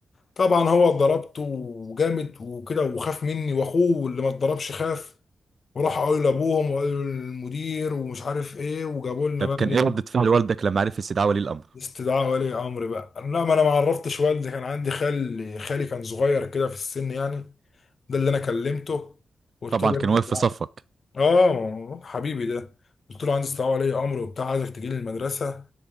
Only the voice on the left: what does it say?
طبعا هو اتضربت وجامد وكده وخاف مني واخوه اللي ما اتضربش خاف وراح قالوا لابوهم وقالوا للمدير ومش عارف ايه وجابوا لنا
بقى
ايه
استدعاء ولي امر بقى لا ما انا ما عرفتش والدي كان عندي خال خالي كان صغير كده في السن يعني ده اللي انا كلمته قلت
له
اه حبيبي ده قلت له عندي استدعاء ولي امر وبتاع عايزك تجي لي المدرسه